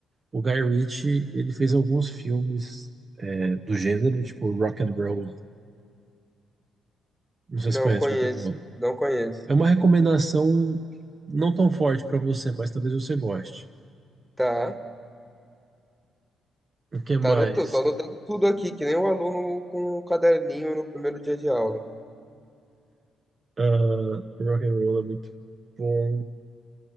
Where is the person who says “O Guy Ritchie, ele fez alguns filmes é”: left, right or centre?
Right